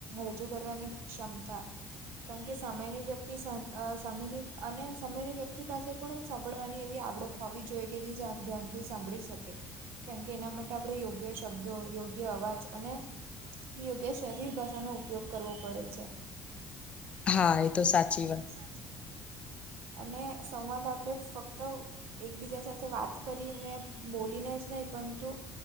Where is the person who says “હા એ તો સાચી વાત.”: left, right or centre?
Left